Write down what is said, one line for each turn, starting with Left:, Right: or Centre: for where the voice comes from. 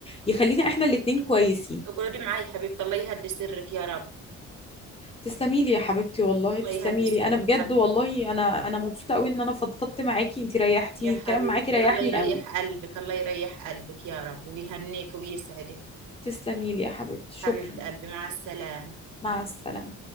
Left: يخلينا احنا الاتنين كويسين
Right: اقعدي معاه يا حبيبتي الله يهدي سرك يا رب
Left: تسلمي لي يا حبيبتي والله
Right: الله
Left: تسلمي
Right: يهدي سرك
Left: لي انا بجد
Right: حبيبتي
Left: والله انا انا مبسوطه قوي ان انا فضفضت معاكي انت ريحتيني
Right: يا حبيبتي
Left: الكلام معاكي ريحني
Right: الله يريح
Left: قوي
Right: قلبك الله يريح قلبك يا رب ويهنيك ويسعدك
Left: تسلمي لي يا حبيبتي شكرا
Right: حبيبة قلبي مع السلامة
Left: مع السلامه